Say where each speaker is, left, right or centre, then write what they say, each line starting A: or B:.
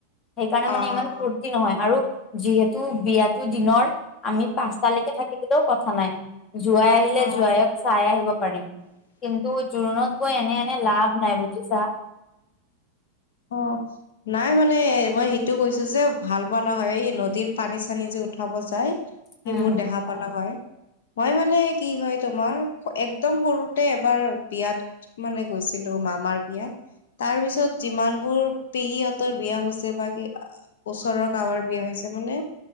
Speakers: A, on the left; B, on the left.
A: সেইকাৰণে মানে
B: অ',
A: ইমান
B: অ'।
A: ফূুৰ্তি নহয় আৰু যিহেতু বিয়াতো দিনৰ আমি পাঁচটালৈকে থাকি দিলেও কথা নাই, জোৱাই আহিলে
B: অ
A: জোৱাইক চাই আহিব পাৰিম। কিন্তু জোৰোণত গৈ এনে-এনে লাভ নাই, বুজিছা।
B: অ। নাই মানে মই সেইটো কৈছো যে ভাল পালা হয়, এই নদীৰ পানী-চানী যে উঠাব যায়। সেইবোৰ
A: উম
B: দেখা পালা হয়। মই মানে কি হয় তোমাৰ, একদম সৰুতে এবাৰ বিয়াত মানে গৈছিলো, মামাৰ বিয়াত, তাৰ পিছত যিমান বোৰ পেহীহঁতৰ বিয়া হৈছে বা ওচৰৰ গাঁৱৰ বিয়া হৈছে মানে